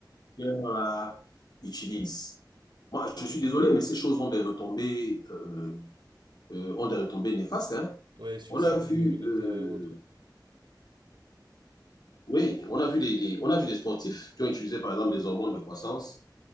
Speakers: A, on the left; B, on the right.
A: qu'on utilise. Moi, je suis désolé, mais ces choses ont des retombées, euh, euh, ont des retombées néfastes, hein.
B: Ouais, sur
A: On
B: le système
A: a vu,
B: immunitaire
A: euh,
B: et autres.
A: oui, on a vu des, des- on a vu des sportifs qui ont utilisé par exemple des hormones de croissance